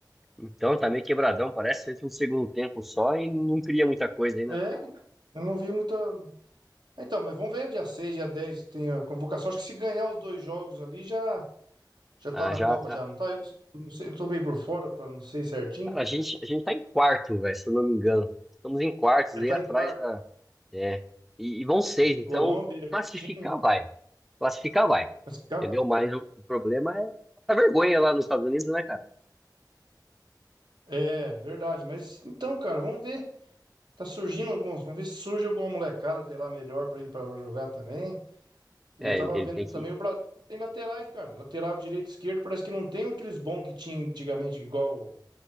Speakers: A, in the centre; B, on the right.
A: Então, tá meio quebradão. Parece que entra um segundo tempo só e não cria muita coisa ainda.
B: É, eu não vi muita. Então, mas vamos ver, dia 6 dia 10 tem a convocação. Acho que se ganhar os dois jogos ali, já, já tá
A: Ah,
B: na
A: já
B: Copa, já, não tá? Eu não sei, eu tô meio por fora, pra não sei certinho.
A: Cara, a gente, a gente tá em quarto, velho, se eu não me engano. Estamos em quartos
B: Já
A: aí
B: tá
A: atrás
B: em quarto.
A: da. É. E, e vão seis, então
B: Colômbia, e Argentina.
A: classificar vai. Classificar vai.
B: Mas, cara,
A: Entendeu? Mas o, o problema é a vergonha lá nos Estados Unidos, né, cara?
B: é verdade, mas então, cara, vamos ver. Tá surgindo alguns. Vamos ver se surge alguma molecada, sei lá, melhor pra ir pra jogar também. E
A: É,
B: eu tava
A: ele, ele
B: vendo
A: tem que.
B: também o Brasil tem laterais, cara. Lateral direito e esquerdo parece que não tem aqueles bons que tinha antigamente, igual